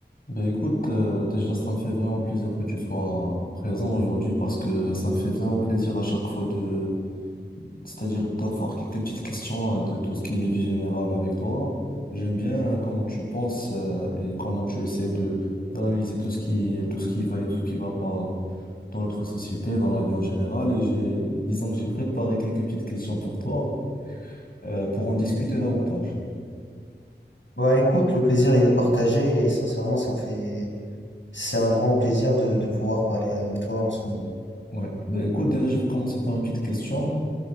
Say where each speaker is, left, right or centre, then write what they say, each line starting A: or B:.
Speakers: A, on the left (about 50°); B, on the left (about 90°).
A: Ben écoute, euh, déjà ça me fait vraiment plaisir que tu sois présent aujourd'hui parce que ça me fait vraiment plaisir à chaque fois de, c'est-à-dire d'avoir quelques petites questions euh, de tout ce qui est vie générale avec toi. J'aime bien euh, comment tu penses euh, et comment tu essaies de d'analyser tout ce qui tout ce qui va et tout ce qui va pas dans notre société, dans la vie en général. Et j'ai, disons que j'ai préparé quelques petites questions pour toi euh, pour en discuter davantage.
B: Bah écoute, le plaisir il est partagé et sincèrement ça me fait c'est un grand plaisir de, de pouvoir parler avec toi en ce moment.
A: Ouais. Ben écoute, déjà je vais commencer par une petite question.